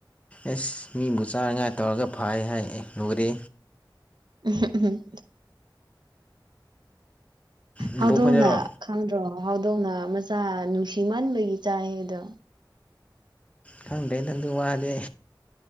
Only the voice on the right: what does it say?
ꯎꯝ ꯎꯝ
ꯍꯧꯗꯣꯡꯅ
ꯈꯪꯗ꯭ꯔꯣ ꯍꯧ ꯍꯧꯗꯣꯡꯅ ꯃꯆꯥ ꯅꯨꯡꯁꯤꯃꯟꯕꯒꯤ ꯆꯥꯏ ꯑꯗꯣ